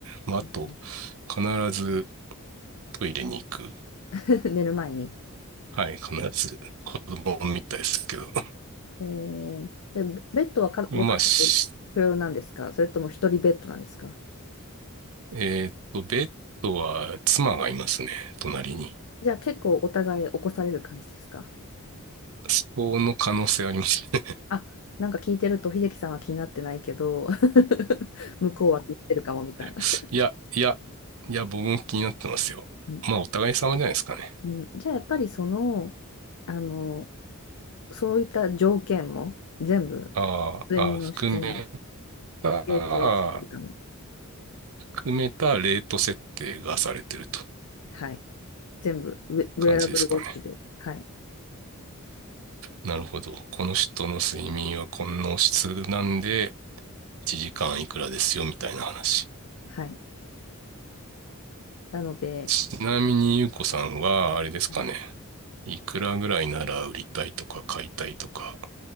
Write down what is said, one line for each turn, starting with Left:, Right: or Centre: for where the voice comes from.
Right: まあ、あと、
Left: うん
Right: 必ずトイレに行く。
Left: <laughs> 寝る前に。
Right: はい、必ず子供みたいですけど。
Left: えー、で、ベベッドはかご家族不要なんですかそれとも一人ベッドなんですか
Right: <laughs> まあ、しえっと、ベッドは妻がいますね、隣に。
Left: じゃあ結構お互い起こされる感じですか
Right: そこの可能性ありますね。
Left: あ、なんか聞いてると秀樹さんは気になってないけど <laughs> 向こうは気になってるかもみたいな
Right: <laughs> いや、いや、いや、僕も気になってますよ。
Left: うん、
Right: まあ、お互い様じゃないですかね。
Left: うんじゃあやっぱりその、あのそういった条件も全部
Right: あーあー、
Left: 睡眠の質に
Right: あ含めた、
Left: 影響するかも。
Right: 含めたレート設定がされてると
Left: はい。全部ウェ、ウェアラブルウォッチで。
Right: 感じですかね。
Left: はい。
Right: なるほど。この人の睡眠はこの質なんで、1時間いくらですよ、みたいな話。
Left: はい。なので、
Right: ちなみにゆうこさんは、あれですかね。
Left: はい、
Right: いくらぐらいなら売りたいとか買いたいとか。